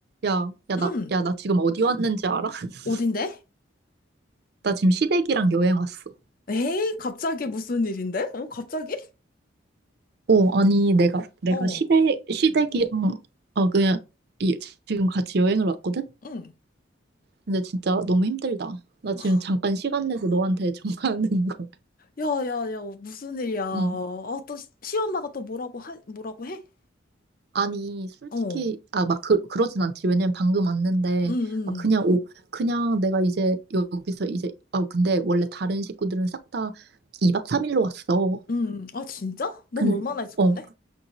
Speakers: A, on the right; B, on the left.
A: 야, 야,
B: 응.
A: 나, 야, 나 지금 어디 왔는지 알아? <laughs>
B: 어딘데?
A: 나 지금 시댁이랑 여행 왔어.
B: 에이, 갑자기 무슨 일인데? 어, 갑자기?
A: 어, 아니, 내가, 내가
B: 어,
A: 시댁, 시댁이랑, 어, 그냥, 이, 지금 같이 여행을 왔거든?
B: 응.
A: 근데 진짜 너무 힘들다. 나
B: <gasps>
A: 지금 잠깐 시간 내서 너한테 <laughs> 전화하는 거야.
B: 야, 야, 야, 무슨 일이야. 아,
A: 응.
B: 또 시- 시엄마가 또 뭐라고 하, 뭐라고 해?
A: 아니, 솔직히,
B: 어,
A: 아, 막, 그, 그러진 않지. 왜냐면 방금 왔는데,
B: 응, 응,
A: 아, 그냥, 오, 그냥 내가 이제 여기서 이제, 아, 근데 원래 다른 식구들은 싹 다 2박 3일로 왔어.
B: 응. 아, 진짜? 넌
A: 근,
B: 얼마나 있을
A: 어,
B: 건데?